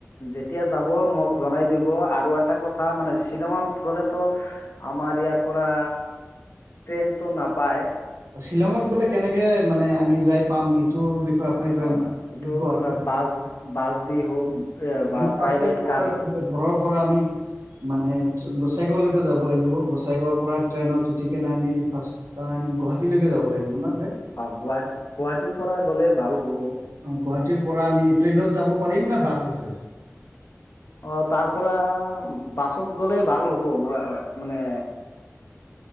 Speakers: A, on the left; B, on the right.
A: যেতিয়া যাব মোক জনাই দিব আৰু এটা কথা মানে শ্বিলঙত গ'লেতো আমাৰ ইয়াৰ পৰা ট্ৰেনটো নাপায়?
B: শ্বিলঙত গ'লে কেনেকে মানে আমি যাই পাম এইটো বিষয়ে আপোনাৰ কিবা
A: হয়, এইটো
B: অভিজ্ঞ
A: কিবা
B: আছে নে
A: বাছ-বাছ দি হওক বা
B: আমি ফাৰ্ষ্ট
A: প্ৰাইভেট
B: টাইম
A: কাৰ,
B: ঘৰৰ পৰা আমি মানে গোচাইগাঁওলৈকে যাব লাগিব গোচাইগাঁওৰ পৰা ট্ৰেইনত উঠি কিনে আমি ফাৰ্ষ তাইম গুৱাহাটীলৈকে যাব লাগিব না
A: অ, গুৱাহাটী-গুৱাহাটীৰ পৰা গ'লে ভাল হ'ব।
B: অ, গুৱাহাটীৰ পৰা আমি ট্ৰেইনত যাব পাৰিম না বাছ আছে।
A: অ, তাৰ পৰা বাছত গ'লে ভাল হ'ব মানে